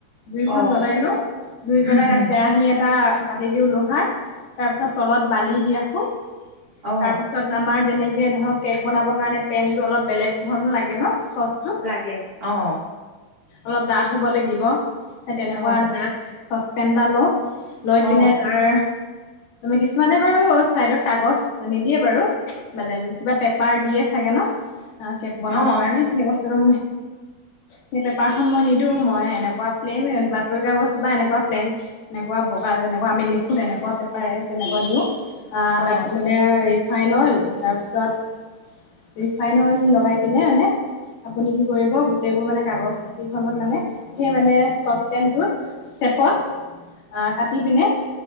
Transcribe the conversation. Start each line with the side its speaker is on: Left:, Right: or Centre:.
Left: জুইখনন
Right: অ
Left: জ্বলাই লওঁ, জুই জ্বলাই
Right: উম উম
Left: তাত কেৰাহী এটা পাতি দিওঁ লোহাৰ। তাৰপিছত তলত বালি দি ৰাখোঁ।
Right: অ
Left: তাৰপিছত আমাৰ যেনেকে ধৰক কেক বনাবৰ কাৰণে পেনটো অলপ বেলেগ ধৰণৰ লাগে ন চচটো।
Right: লাগে অ'।
Left: অলপ ডাঠ হ'ব লাগিব। সেই তেনেকুৱা
Right: অ
Left: ডাঠ চচপেন এটা লওঁ। লৈ
Right: অ
Left: পিনে তাৰ কিছুমানে বাৰু ছাইডত কাগজ নিদিয়ে বাৰু। মানে কিবা পেপাৰ দিয়ে চাগে ন কেক বনাবৰ
Right: অ অ
Left: কাৰণে সেই বস্তুটো সেই পেপাৰখন মই নিদিওঁ মই এনেকুৱা প্লেন বাতৰি কাগজ বা এনেকুৱা প্লেন - এনেকুৱা বগা যেনেকুৱা আমি লিখো তেনেকুৱা পেপাৰে তেনেকুৱা দিওঁ আহ
Right: অ
Left: তাত মানে ৰিফাইন অইল তাৰপিছত ৰিফাইন অইল লগাই পিনে মানে আপুনি কি কৰিব গোটেইবোৰ মানে কাগজ কেইখনত মানে সেই মানে চচপেনটোৰ চেপত কাটি পিনে